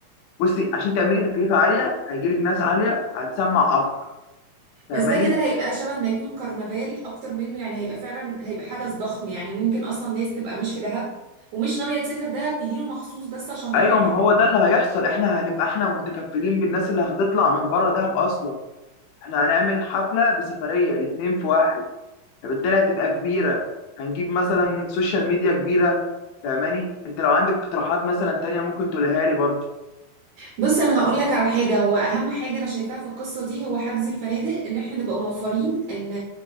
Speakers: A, on the left; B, on the right.
A: بصي عشان تعملي تكلفة عالية هيجيلك ناس عالية هتسمع أكتر
B: بس
A: فاهماني؟
B: ده كده هيبقى شبه ما يكون كرنفال اكتر منه يعني هيبقى فعلا هيبقى حدث ضخم يعني ممكن اصلا ناس تبقى مش في دهب ومش ناويه تسافر دهب تجيله مخصوص بس عشان تحضر
A: أيوة
B: الحفلة.
A: ما هو ده اللي هيحصل إحنا هنبقى إحنا متكفلين بالناس اللي هتطلع من بره دهب أصلا إحنا هنعمل حفلة بسفرية الاتنين في واحد فبالتالي هتبقى كبيرة هنجيب مثلا سوشيال ميديا كبيرة فاهماني؟ أنت لو عندك اقتراحات مثلا تانية ممكن تقولها لي برضه
B: بص انا هقول لك على حاجه هو اهم حاجه انا شايفاها في القصه دي هو حجز الفنادق ان احنا نبقى موفرين ان